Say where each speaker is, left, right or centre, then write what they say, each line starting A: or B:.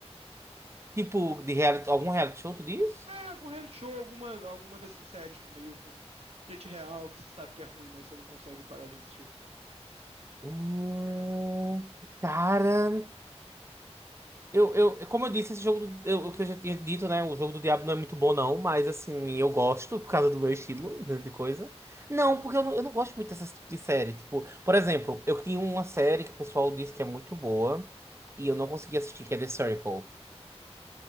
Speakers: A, on the right; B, on the right.
A: Tipo, de reality, algum reality show, tu diz?
B: É, algum reality show, alguma, alguma dessas séries, tipo, meio com gente real que você sabe que é ruim, mas você não consegue parar de assistir.
A: Hum, cara, eu, eu, como eu disse, esse jogo, do, eu, o que eu já tinha dito, né? O jogo do Diabo não é muito bom, não, mas assim,
B: Uhum.
A: eu gosto por causa do meu estilo né, de coisa. Não, porque eu não, eu não gosto muito dessas tipo de série. Tipo, por exemplo, eu tinha uma série que o pessoal disse que é muito boa e eu não consegui assistir, que é The Circle.